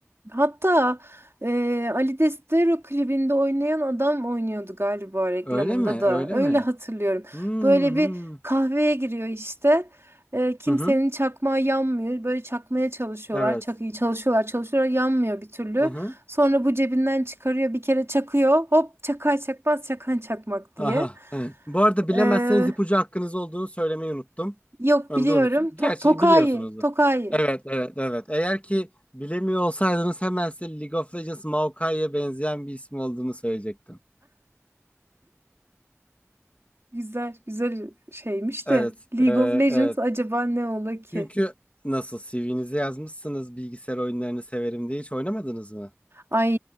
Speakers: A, on the right; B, on the left.
A: Hatta eee Ali Destero klibinde oynayan adam oynuyordu galiba reklamında
B: Öyle mi?
A: da.
B: Öyle
A: Öyle
B: mi?
A: hatırlıyorum.
B: Hmm,
A: Böyle bir
B: Hı hı.
A: kahveye giriyor işte. Eee, kimsenin
B: Hı hı.
A: çakmağı yanmıyor. Böyle çakmaya çalışıyorlar.
B: Evet.
A: Çak çalışıyorlar, çalışıyorlar. Yanmıyor bir türlü.
B: Hı hı.
A: Sonra bu cebinden çıkarıyor. Bir kere çakıyor. Hop çakar çakmaz çakan çakmak diye.
B: Aha. Bu arada bilemezseniz
A: Eee,
B: ipucu hakkınız olduğunu söylemeyi unuttum.
A: yok
B: Onu
A: biliyorum.
B: da unuttum.
A: To
B: Gerçi
A: Tokayi.
B: biliyorsunuzdur.
A: Tokayi.
B: Evet, evet, evet. Eğer ki bilemiyor olsaydınız hemen size League of Legends Maokai'ye benzeyen bir ismi olduğunu söyleyecektim.
A: Güzel, güzel şeymiş
B: Evet.
A: de League
B: e,
A: of Legends
B: evet.
A: acaba ne ola ki?
B: Çünkü nasıl CV'nize yazmışsınız bilgisayar oyunlarını severim diye hiç oynamadınız mı?
A: Ay